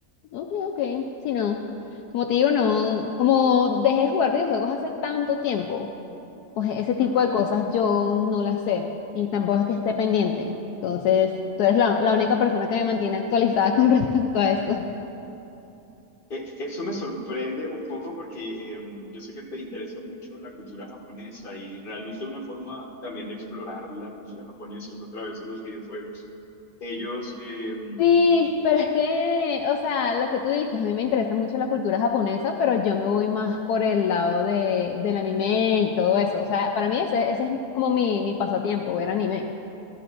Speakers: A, on the left; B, on the left.
A: Ok, ok. Sí, no. Como te digo, no, como dejé de jugar videojuegos hace tanto tiempo pues ese tipo
B: Ajá.
A: de cosas yo no las sé y tampoco es que esté pendiente. Entonces, tú eres la, la única persona que me mantiene actualizada <laughs> con respecto a eso.
B: Eh, Eso me sorprende un poco porque eh, yo sé que te interesa mucho la cultura japonesa y realmente una forma también de explorar la cultura japonesa es a través de los videojuegos. Ellos, eh,
A: Sí, pero es que, o sea, lo que tú dices, a mí me interesa mucho la cultura japonesa, pero yo me voy más por el lado de, del anime y todo eso. O sea, para mí ese, ese es como mi, mi pasatiempo, ver anime.